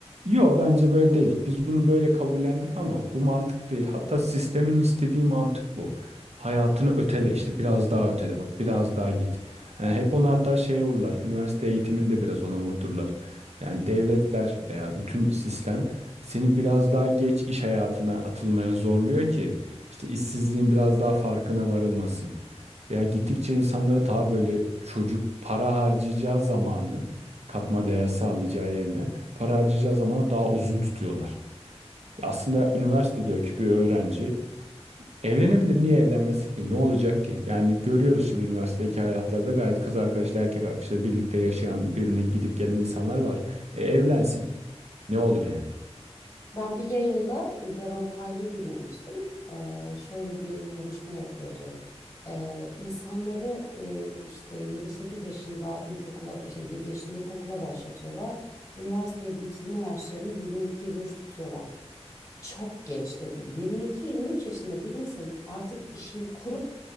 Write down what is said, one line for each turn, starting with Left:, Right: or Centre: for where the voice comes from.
Right: Yo bence böyle değil. Biz bunu böyle kabullendik ama bu mantık değil. Hatta sistemin istediği mantık bu. Hayatını ötele işte. Biraz daha ötele bak. Biraz daha git. Yani hep onu hatta şeye vururlar. Üniversite eğitimini de biraz ona vurdurlar. Yani devletler veya bütün sistem seni biraz daha geç iş hayatına atılmaya zorluyor ki işte işsizliğin biraz daha farkına varılmasın. Veya gittikçe insanları daha böyle çocuk para harcayacağı zamanı katma değer sağlayacağı yerine para harcayacağı zamanı daha uzun tutuyorlar. Ya Aslında üniversitedeki bir öğrenci evlenebilir. Niye evlenmesin ki? Ne olacak ki? Yani görüyoruz şimdi üniversitedeki hayatlarda gayet kız arkadaşlar erkek arkadaşlar birlikte yaşayan, birbirine gidip gelen insanlar var. E, evlensin. Ne olur yani?
Left: ben bir yayında İlber Ortaylı'yı dinlemiştim. E, şöyle bir konuşma yapıyordu. E, insanları e, işte yedi sekiz yaşında ilkokula, şey 7 yaşında ilkokula başlatıyorlar. Üniversiteyi bitirme yaşlarını yirmi iki yirmi üç tutuyorlar. çok geç dedi. 22-23 yaşında bir insanın artık işini kurup